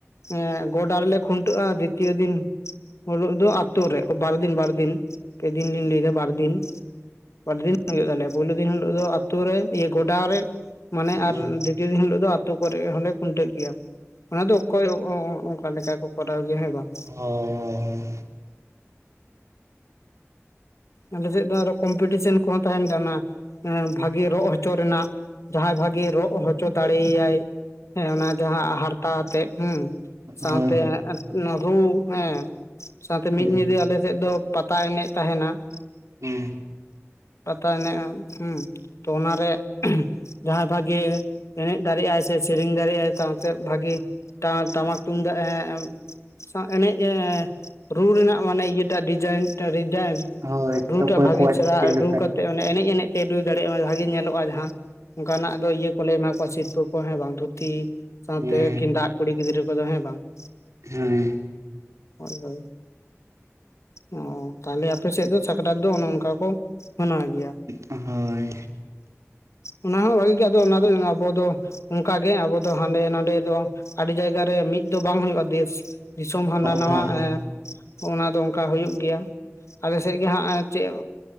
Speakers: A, on the left (about 70°); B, on the right (about 80°).
A: ᱮᱸ ᱜᱚᱰᱟ ᱨᱮ ᱞᱮ ᱠᱷᱩᱱᱴᱟᱹᱜ-ᱟ, ᱫᱤᱛᱤᱭᱚ ᱫᱤᱱ ᱦᱩᱞᱳᱜ ᱫᱚ ᱟᱛᱳ ᱨᱮ ᱵᱟᱨ ᱫᱤᱱ ᱵᱟᱨ ᱫᱤᱱ ᱯᱮᱫᱤᱱ ᱞᱤᱧ ᱞᱟᱹᱭᱫᱟ ᱵᱟᱨ ᱫᱤᱱ ᱾ ᱵᱟᱨ ᱫᱤᱱ ᱦᱩᱭᱩᱜ ᱛᱟᱞᱮᱭᱟ ᱯᱩᱭᱞᱳ ᱫᱤᱱ ᱦᱤᱞᱳ ᱫᱚ ᱟᱛᱳ ᱨᱮ ᱤᱭᱟᱹ ᱜᱚᱰᱟ ᱨᱮ᱾ ᱢᱟᱱᱮ
B: ᱦᱳᱭ
A: ᱟᱨ ᱫᱤᱛᱤᱭᱚ ᱫᱤᱱ ᱦᱤᱞᱳ ᱫᱚ ᱟᱛᱳ ᱠᱚᱨᱮ ᱦᱚ ᱞᱮ ᱠᱷᱩᱱᱴᱟᱹᱜ ᱜᱮᱭᱟ ᱚᱱᱟ ᱫᱚ ᱚᱠᱚᱭ ᱦᱚᱸ ᱚᱱᱠᱟ ᱞᱮᱠᱟ ᱠᱚ ᱠᱚᱨᱟᱣ ᱜᱮᱭᱟ ᱦᱮᱸ ᱵᱟᱝ?
B: ᱦᱳᱭ ᱦᱳᱭ ᱦᱳᱭ᱾
A: ᱟᱞᱮ ᱥᱮᱫ ᱫᱚ ᱟᱨᱚ ᱠᱚᱢᱯᱤᱴᱤᱥᱮᱱ ᱠᱚᱦᱚᱸ ᱛᱟᱦᱮᱱ ᱠᱟᱱᱟ ᱵᱷᱟᱹᱜᱤ ᱨᱚᱜ ᱦᱚᱪᱚ ᱨᱮᱱᱟᱜ ᱾ ᱡᱟᱦᱟᱸᱭ ᱵᱷᱟᱜᱤ ᱨᱚᱜ ᱦᱚᱪᱚ ᱫᱟᱲᱮᱭᱟᱭ ᱦᱮᱸ ᱚᱱᱟ ᱡᱟᱦᱟᱸ ᱦᱟᱨᱛᱟ ᱟᱛᱮᱜ ᱦᱩᱸ᱾ ᱥᱟᱶᱛᱮ
B: ᱦᱳᱭ
A: ᱱᱚᱣᱟ ᱨᱩ ᱦᱮᱸ ᱾ ᱥᱟᱶᱛᱮ ᱢᱤᱫ
B: ᱦᱩᱸ
A: ᱧᱤᱫᱟᱹ ᱟᱞᱮ ᱥᱮᱫ ᱫᱚ ᱯᱟᱛᱟ ᱮᱱᱮᱡ ᱛᱟᱦᱮᱱᱟ ᱾
B: ᱦᱩᱸ ᱾
A: ᱯᱟᱛᱟ ᱮᱱᱮᱡ-ᱟ ᱦᱩᱸ, ᱛᱚ ᱚᱱᱟᱨᱮ ᱡᱟᱦᱟᱸᱭ ᱵᱷᱟᱜᱮ ᱮᱱᱮᱡ ᱫᱟᱲᱮᱜ-ᱟᱭ ᱥᱮ ᱥᱮᱨᱮᱧ ᱫᱟᱲᱮᱜ-ᱟᱭ ᱥᱟᱶᱛᱮ ᱵᱷᱟᱜᱤ ᱴ <unintelligible> ᱴᱟᱢᱟᱠ ᱛᱩᱢᱫᱟᱜ ᱮᱸ ᱥᱟᱶ ᱮᱱᱮᱡ ᱮᱸ ᱨᱩ ᱨᱮᱱᱟᱜ ᱢᱟᱱᱮ ᱤᱭᱟᱹ ᱴᱟᱜ ᱰᱤᱡᱟᱭᱤᱱ <unintelligible> ᱡᱟᱭ
B: ᱦᱳᱭ
A: ᱨᱩ
B: ᱚᱠᱚᱭ
A: ᱴᱟᱜ ᱵᱷᱟᱜᱮ
B: ᱠᱚᱣᱟᱜ
A: ᱪᱮᱦᱨᱟ
B: ᱪᱮᱫ ᱞᱮᱠᱟ
A: ᱨᱩ ᱠᱟᱛᱮ ᱮ ᱮᱱᱮᱡ ᱮᱱᱮᱡ ᱛᱮᱭ ᱨᱩ ᱫᱟᱲᱮᱭᱟᱜ-ᱟ ᱵᱷᱟᱜᱮ ᱧᱮᱞᱚᱜ-ᱟ ᱡᱟᱦᱟᱸ᱾ ᱚᱱᱠᱟᱱᱟᱜ ᱫᱚ ᱤᱭᱟᱹ ᱠᱚᱞᱮ ᱮᱢᱟ ᱠᱚᱣᱟ ᱥᱤᱨᱯᱟᱹ ᱠᱚ ᱦᱮᱸ ᱵᱟᱝ ᱫᱷᱩᱛᱤ, ᱥᱟᱶᱛᱮ
B: ᱦᱮᱸ
A: ᱜᱮᱸᱫᱟᱜ ᱠᱩᱲᱤ ᱜᱤᱫᱽᱨᱟᱹ ᱠᱚ ᱫᱚ ᱦᱮᱸ ᱵᱟᱝ ᱾
B: ᱦᱮᱸ᱾
A: ᱦᱳᱭ ᱦᱳᱭ ᱚᱸ ᱛᱟᱦᱞᱮ ᱟᱯᱮ ᱥᱮᱫ ᱫᱚ ᱥᱟᱠᱨᱟᱛ ᱫᱚ ᱚᱱᱮ ᱚᱱᱠᱟ ᱠᱚ ᱢᱟᱱᱟᱣ ᱜᱮᱭᱟ
B: ᱩᱸᱜ ᱦᱳᱭ᱾
A: ᱚᱱᱟ ᱦᱚᱸ ᱵᱷᱟᱜᱮ ᱜᱮ ᱟᱫᱚ ᱚᱱᱟ ᱫᱚ ᱟᱵᱚ ᱫᱚ ᱚᱱᱠᱟ ᱜᱮ ᱟᱵᱚ ᱫᱚ ᱦᱟᱸᱰᱮ ᱱᱟᱰᱮ ᱫᱚ ᱟᱹᱰᱤ ᱡᱟᱭᱜᱟ ᱨᱮ ᱢᱤᱫ ᱫᱚ ᱵᱟᱝ ᱦᱩᱭᱩᱜ-ᱟ, ᱫᱮᱥ ᱫᱤᱥᱚᱢ ᱦᱟᱱᱟ ᱱᱟᱣᱟ
B: ᱦᱳᱭ ᱦᱳᱭ
A: ᱮᱸ ᱚᱱᱟ ᱫᱚ ᱚᱱᱠᱟ ᱦᱩᱭᱩᱜ ᱜᱮᱭᱟ, ᱟᱞᱮᱥᱮᱫ ᱜᱮ ᱦᱟᱸᱜ ᱟᱨ ᱪᱮᱫ